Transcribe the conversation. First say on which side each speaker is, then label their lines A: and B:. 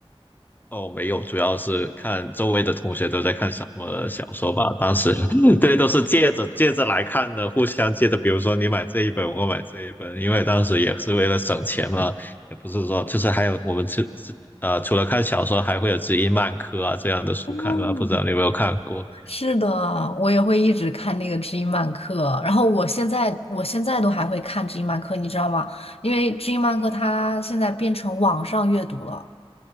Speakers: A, on the left; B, on the left.
A: 哦，没有，主要是看周围的同学都在看什么小说吧。当时，<laughs> 对，都是借着借着来看的，互相借着。比如说你买这一本，我买这一本，因为当时也是为了省钱嘛，也不是说就是还有我们自自呃，除了看小说，还会有知音漫客啊这样的书看啊。
B: 哦，
A: 不知道你有没有看过？
B: 是的，我也会一直看那个知音漫客，然后我现在我现在都还会看知音漫客，你知道吗？因为知音漫客它现在变成网上阅读了。